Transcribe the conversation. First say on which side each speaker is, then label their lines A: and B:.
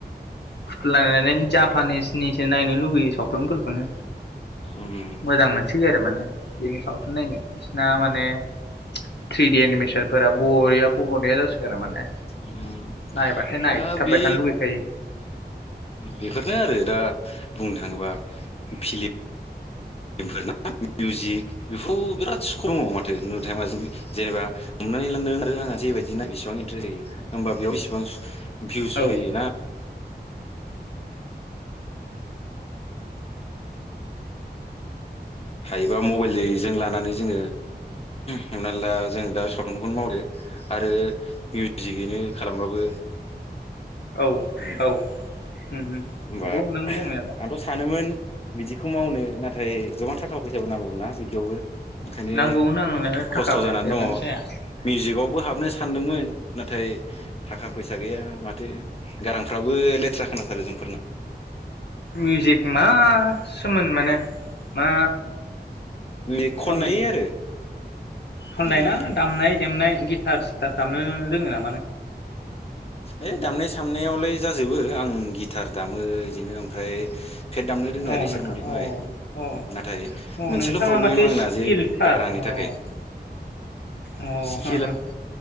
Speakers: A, on the left (about 75°); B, on the left (about 35°).
A: फुथुला लानायानो जापानिसनिसो नायनो लुुबैयो सावथ्लुनफोरखौनो
B: उम
A: मोजां मोनसिनगौ आरो माने बेनि सावथुन नायनो बिसिना माने थ्रिडि एनिमेसन फोराब बरिया परिया जसिगार आरो माने
B: उम
A: नायबाथाय
B: दा
A: नायथाबबाय
B: बे
A: थानो लुगैखायो
B: बेफोरनो आरो दा बुंनो थाङोबा फिलिप ओमफ्रार ना मिउजिक बेफोराव बिराद सक्र दङ माथो नुथाय माजों जेनेबा हमनानै लांदों आरो आंहा जेबायदिना बेसिबां इन्ट्रेस्ट होयो होमबा बेयाव बिसिबां भिउस
A: औ
B: फैयोना हायोबा मबाइलजों लानानै जोङो हमनानै ला जों दा सावुनखौनो मावदो आरो मिउजिकैनो खालामबाबो
A: औ
B: ओ
A: औ नंगौ
B: ओमबा
A: नों बुंनायालाय
B: आंथ सानोमोन बिदिखौ मावनो नाथाय गोबांथा थाखा फैसाबो नांगौ ना बिदियावबो ओंखायनो
A: नांगौ नांनायालाय थाखा
B: खस्थ
A: फैसा
B: जानानै
A: थायाबानो
B: दङ
A: जाया
B: मिउजिकआवबो हाबनो सानदोंमोन नाथाय थाखा फैसा गैया माथो गारांफ्राबो लेथ्रा खोनाथारो जोंफोरना
A: मिउजिक मासोमोन माने मा
B: लिग
A: खन
B: खननायै आरो
A: खननाय
B: उम
A: ना दामनाय देमनाय गिटार सिटार दामो दोङो ना?
B: ओइ दामनाय सामनायावलाय जाजोबो आं गिथार दामो बिदिनो ओमफ्राय फेट दामनो
A: अ
B: रोङो आरो इसोर
A: नोंथां
B: मोननैखौहाय
A: अ अ
B: नाथाय
A: अ
B: मोनसेल
A: नोंथाङा
B: प्रब्लेम
A: माथो
B: आंना
A: स्किलथार
B: जे गारांनि
A: अ अ
B: थाखाय
A: हो
B: स्किला
A: हो